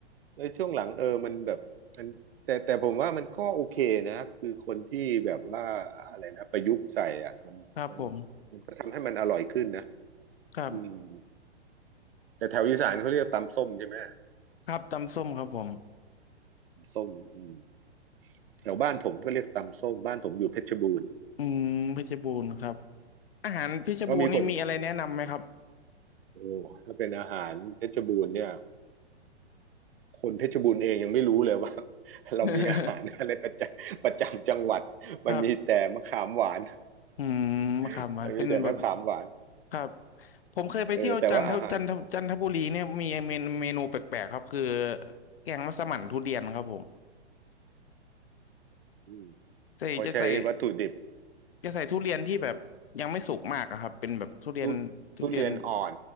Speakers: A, on the right; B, on the left.
A: แล้วช่วงหลังเออมันแบบมันแต่แต่ผมว่ามันก็โอเคนะ คือคนที่แบบว่าอะไรนะประยุกต์ใส่อ่ะมันมัน
B: ครับผม
A: มันก็ทำให้มันอร่อยขึ้นนะ
B: ครับ
A: อืมแต่แถวอีสานเขาเรียกตำส้มใช่ไหม
B: ครับตำส้มครับผม
A: ตำส้มอืมแถวบ้านผมก็เรียกตำส้ม บ้านผมอยู่เพชรบูรณ์
B: อืมเพชรบูรณ์ครับอาหารเพชรบูรณ์นี่มีอะไรแนะนำไหมครับ
A: ก็มีคนโอ้ถ้าเป็นอาหารเพชรบูรณ์เนี่ย คนเพชรบูรณ์เองยังไม่รู้เลยว่า <laughs> เรามีอาหารอะไรประจำ
B: <laughs>
A: <laughs> ประจำจังหวัดมันมีแต่มะขามหวาน
B: ครับอืมครับมันเป็นแบบ
A: <laughs> มันมีแต่มะขามหวาน
B: ครับผมเคยไปเที่ยวจันทจันทจันทบุรีเนี่ยมีเมนเมนูแปลกๆครับคือ
A: เออแต่ว่าอาหาร
B: แกงมัสมั่นทุเรียนครับผม
A: อืม
B: ใส่จะใส่
A: เขาใช้วัตถุดิบ
B: จะใส่ทุเรียนที่แบบยังไม่สุกมากอะครับเป็นแบบทุเรียนทุเรียน
A: ทุทุเรียนอ่อน